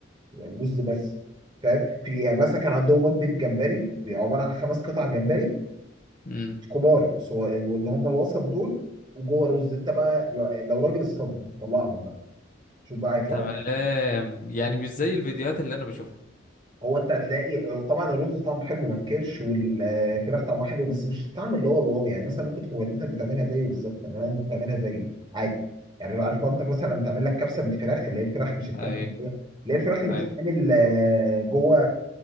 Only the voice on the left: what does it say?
امم
تمام
يعني
مش زي الفيديوهات اللي انا بشوفها
اي
اي